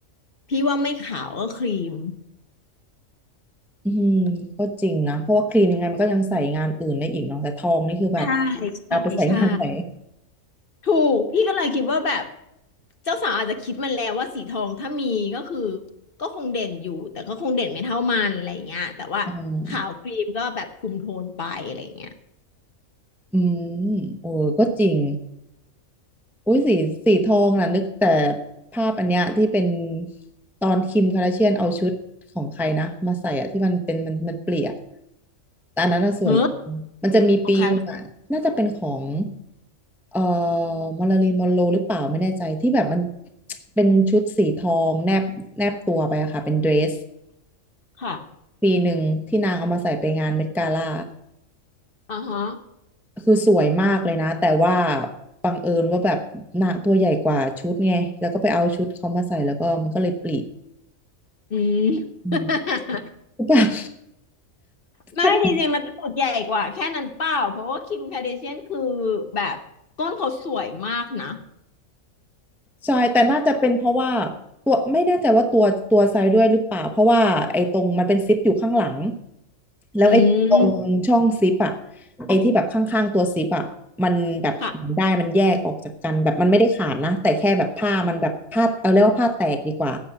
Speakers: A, on the left; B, in the centre.
A: พี่ว่าไม่ขาวก็ครีม
B: อืมก็จริงนะเพราะว่าครีมยังไงมันก็ยังใส่งานอื่นได้อีกเนาะแต่ทองนี่คือแบบ
A: ใช่ใช่ใช่
B: เอาไปใส่งานไหน
A: ถูกพี่ก็เลยคิดว่าแบบเจ้าสาวอาจจะคิดมันแล้วว่าสีทองถ้ามีก็คือก็คงเด่นอยู่แต่ก็คงเด่นไม่เท่ามันอะไรเงี้ยแต่ว่าขาวครีมก็แบบคุมโทนไปอะไรเงี้ย
B: อืมอืมโอ้ก็จริงอุ้ยสีสีทองน่ะนึกแต่ภาพอันเนี้ยที่เป็นตอนคิมคาราเชียนเอาชุดของใครนะมาใส่อะที่มันเป็นมันมันเปลี่ยนแต่อันนั้นน่ะสวย
A: เฮ้อ
B: มันจะมีปีหนึงอะน่าจะเป็นของ
A: ของใครวะ
B: เอ่อมาริลีนมอนโรหรือเปล่าไม่แน่ใจที่แบบมันเป็นชุดสีทองแนบแนบตัวไปอะค่ะเป็นเดรส
A: ค่ะ
B: ปีหนึ่งที่นางเอามาใส่ไปงานเมดกาล่า
A: อ่าฮะ
B: คือสวยมากเลยนะแต่ว่าบังเอิญว่าแบบนางตัวใหญ่กว่าชุดไงแล้วก็ไปเอาชุดเขามาใส่แล้วก็มันก็เลยปลิ
A: อืม
B: อืม
A: <laughs>
B: <laughs> แบบ <laughs>
A: ไม่จริงๆมันตูดใหญ่กว่าแค่นั้นเปล่าเพราะว่าคิมคาเดเชียนคือ
B: ขนาด
A: แบบก้นเขาสวยมากนะ
B: ใช่แต่น่าจะเป็นเพราะว่าตัวไม่แน่ใจว่าตัวตัวไซด์ด้วยหรือเปล่า เพราะว่าไอ้ตรงมันเป็นซิปอยู่ข้างหลัง แล้วไอ้ตรงช่องซิปอะ
A: อืม
B: ไอ้ที่แบบข้างๆตัวซิปอะมันแบบมันได้มันแยกออกจากกันแบบมันไม่ได้ขาดนะแต่แค่แบบผ้ามันแบบผ้าเอาเรียกว่าผ้าแตกดีกว่า
A: ค่ะ